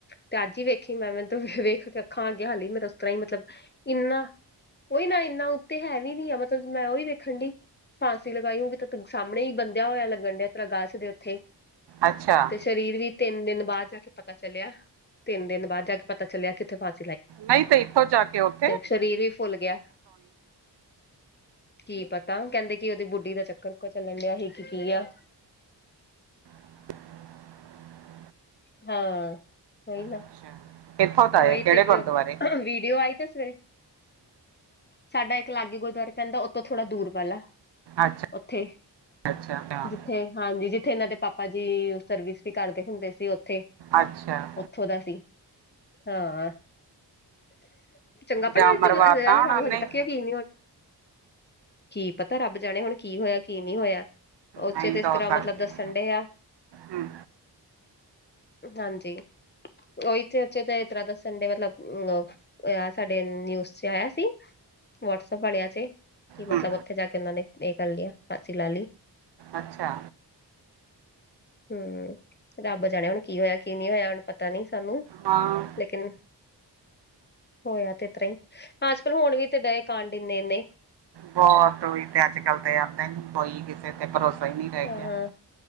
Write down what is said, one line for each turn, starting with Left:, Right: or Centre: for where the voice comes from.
Left: ਤੇ ਅੱਜ ਵੀ ਵੇਖੀ ਮੈਂ ਮੈਨੂੰ ਵੇਖ ਕੇ ਅਖਾਂ ਅੱਗੇ ਹਾਲੀ ਮੇਰੇ ਉਸ ਤਰ੍ਹਾਂ ਹੀ ਮਤਲਬ ਇੰਨਾ ਉਓਹੀ ਨਾਂ ਇੰਨਾ ਉੱਤੇ ਹੈ ਵੀ ਨੀਂ ਆ ਮਤਲਬ ਮੈਂ ਉਓਹੀ ਦੇੇਖਣ ਡ ਫਾਂਸੀ ਲਗਾਈ ਹੋ ਗਈ ਤਾਂ ਸਾਹਮਣੇ ਹੀ ਬੰਦਿਆ ਹੋਇਆ ਲੱਗਣ ਡਿਆ ਤ੍ਹਾਂ ਗਾ ਸੀਦੇ ਉੱਥੇ
Right: ਅੱਛਾ
Left: ਤੇ ਸਰੀਰ ਵੀ ਤਿੰਨ ਦਿਨ ਬਾਅਦ ਜਾ ਕੇ ਪਤਾ ਚੱਲਿਆ, ਤਿੰਨ ਦਿਨ ਬਾਅਦ ਜਾ ਕੇ ਪਤਾ ਚੱਲਿਆ ਕਿੱਥੇ ਫਸ
Right: ਨਈਂ ਤੇ ਇੱਥੋਂ ਜਾ ਕੇ ਉਥ
Left: ਤੇ ਸਰੀਰ ਵੀ ਫੁੱਲ ਗਿਆ। ਕੀ ਪਤਾ ਕਹਿੰਦੇ ਕੀ ਉਹਦੀ ਬੁੱਢੀ ਦਾ ਚੱਕਰ ਚੁਕਰ ਚੱਲਣ ਡਿਆ ਹੀ ਕਿ ਕੀ ਆ
Right: <unintelligible>
Left: ਹਾਂ, ਕੋਈ ਨਾ।
Right: ਅੱਛਾ ਇੱਥੋਂ ਦਾ ਹੈ
Left: ਉਹੀ
Right: ਕਿਹੜੇ
Left: ਤੇ,
Right: ਗੁਰਦੁਆਰੇ
Left: ਵੀਡੀਓ ਆਈ ਤੇ ਸ ਸਾਡਾ ਇੱਕ ਲਾਗੇ ਗੁਰਦੁਆਰੇ ਪੈਂਦਾ, ਉਤੋਂ ਥੋੜਾ ਦੂਰ ਵਾਲਾ
Right: ਅੱਛਾ
Left: ਉੱਥੇ,
Right: ਅੱਛਾ
Left: ਜਿੱਥੇ ਹਾਂਜੀ ਜਿੱਥੇ ਇਹਨਾਂ ਦੇ ਪਾਪ ਭਾਜੀ, ਸਰਵਿਸ ਵੀ ਕਰਦੇ ਹੁੰਦੇ ਸੀ ਉੱਥੇ,
Right: ਅੱਛਾ
Left: ਉਥੋਂ ਦਾ ਸੀ। ਹਾਂ। ਚੰਗਾ ਪੜ੍ਹਾਈ
Right: ਜਾਂ ਮਰਵਾਤਾ
Left: ਤੇ,
Right: ਹੋਣਾ
Left: ਸਾਨੂੰ
Right: ਨਹੀਂ
Left: ਹਜੇ ਤੱਕ ਯਕੀਨ ਨੀ ਹੋ ਕੀ ਪਤਾ, ਰੱਬ ਜਾਣੇ ਹੁਣ ਕੀ ਹੋਇਆ, ਕੀ ਨਹੀਂ ਹੋਇਆ। ਉਚੇ
Right: ਨਹੀਂ
Left: ਤੇ, ਇਸ
Right: ਤਾਂ
Left: ਤਰ੍ਹਾਂ
Right: ਹੋ ਸਕਦਾ
Left: ਮਤਲਬ ਦੱਸਣ ਡੇ ਆ।
Right: ਹੂੰ
Left: ਹਾਂਜੀ! ਉਹੀ ਉੱਚੇ -ਉੱਚੇ ਤੇ ਇਸ ਤਰ੍ਹਾਂ ਦੱਸਣ, ਡ ਮਤਲਬ ਸਾਡੇ ਨਿਊਜ ਚ ਆਇਆ ਸੀ। ਵਟਸਐਪ ਵਾਲਿਆ, ਚ ਕਿ ਮਤਲਬ,
Right: ਹੂੰ
Left: ਉੱਥੇ ਜਾ ਕੇ ਉਹਨਾਂ ਨੇ ਇਹ ਕਰ ਲਿਆ ਫਾਂਸੀ ਲਾ ਲਈ।
Right: ਅੱਛਾ।
Left: ਹਮ ਰੱਬ ਜਾਣੇ, ਹੁਣ ਕੀ ਹੋਇਆ, ਕੀ ਨਹੀਂ ਹੋਇਆ ਹੁਣ ਪਤਾ ਨੀ ਸਾਨੂੰ।
Right: ਹਾਂ
Left: ਲੇਕਿਨ ਹੋਇਆ ਤੇ, ਤਰ੍ਹਾਂ ਹੀ ਅੱਜਕੱਲ ਹੁਣ ਵੀ ਤੇ ਡਏ ਕਾਂਡ ਇੰਨੇ- ਇੰਨੇ।
Right: ਬਹੁਤ ਤੇ ਅੱਜ -ਕੱਲ ਤੇ ਆਉਂਦਾ ਨੀ, ਕੋਈ, ਕਿਸੇ ਤੇ ਭਰੋਸਾ ਹੀ ਨਹੀਂ ਰਹਿ
Left: ਹਾਂ
Right: ਗਿਆ।